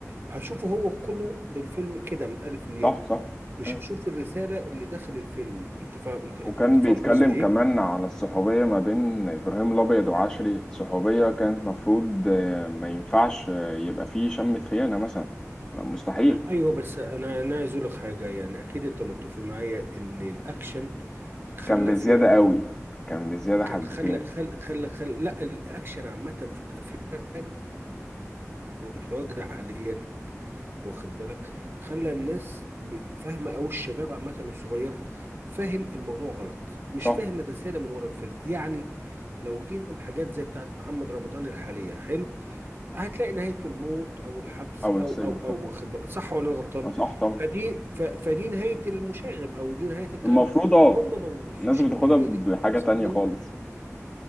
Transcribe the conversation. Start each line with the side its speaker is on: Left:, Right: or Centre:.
Right: هشوفه هو كله الفيلم كده من الالف للياء
Left: صح صح
Right: مش
Left: إيه.
Right: هشوف الرساله اللي داخل الفيلم انت فاهم انت انت,
Left: وكان
Right: انت فاهم
Left: بيتكلم
Right: قصدي ايه
Left: كمان على الصحوبية ما بين إبراهيم الأبيض وعشري صحوبية كانت مفروض آه، ما ينفعش آه، يبقى فيه شمة خيانة مثلا مستحيل
Right: ايوه بس انا انا عايز اقول لك حاجه يعني اكيد انت متفق معايا ان الاكشن خلى
Left: كان بزيادة
Right: فيه عدوان
Left: قوي كان بزيادة
Right: كان
Left: حبتين
Right: خلى خلى خلى خلى لا الاكشن عامه في الافلام المتواجده حاليا واخد بالك خلى الناس ب- فاهمه او الشباب عامه الصغير فاهم الموضوع غلط مش
Left: صح
Right: فاهم الرساله من ورا الفيلم يعني لو جينا الحاجات زي بتاعت محمد رمضان الحاليه حلو هتلاقي نهايته الموت او الحبس
Left: أو
Right: او
Left: السجن
Right: او
Left: صح
Right: او واخد بالك صح ولا انا غلطان
Left: أه صح طبعا
Right: فدي ف- فدي نهايه المشاغب او دي نهايه الكلام
Left: المفروض
Right: ده
Left: أه
Right: هم ما بيبصوش
Left: الناس بتاخدها
Right: للنهايه
Left: بحاجة
Right: دي أصل-
Left: تانية خالص